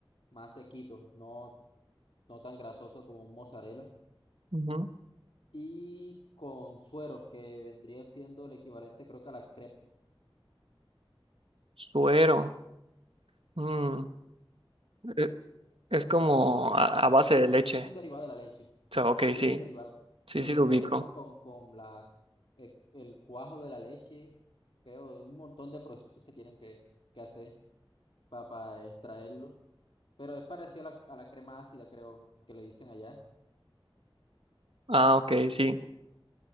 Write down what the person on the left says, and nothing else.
más sequito, no, no tan grasoso como un mozzarella.
Y con suero, que vendría siendo el equivalente, creo que a la crema
ácida.
un derivado de la leche.
Sí,
es un derivado
que
se
hace, creo que con, con la, el, el cuajo de la leche, creo, un montón de procesos que tienen que, que hacer para extraerlo. Pero es parecido a la, a la crema ácida, creo, que le dicen allá.